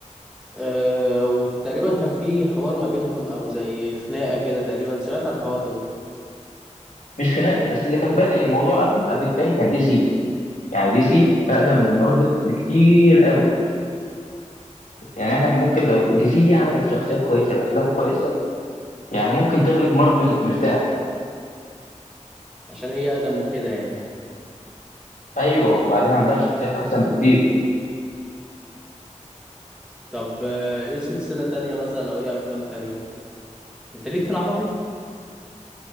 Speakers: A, in the centre; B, on the left.
A: أه وتقريبا كان في حوار ما بينهم او زي خناقه كده تقريبا سمعت عن الحوار ده برضه
B: مش خناقه بس اللي كان بادئ الموضوع قبله قبل التاني كان دي سي يعني دي سي اقدم من مارفل بكتير قوي يعني احنا ممكن لو دي سي دي عملت شخصيات كويسه بافلام كويسه يعني ممكن تغلب مارفل مرتاح
A: عشان هي اقدم وكده يعني
B: ايوه وبعدين عندها شخصيات احسن بكتير
A: طب آه، ايه سلسله تانية مثلا او ايه افلام تانية انت ليك في العربي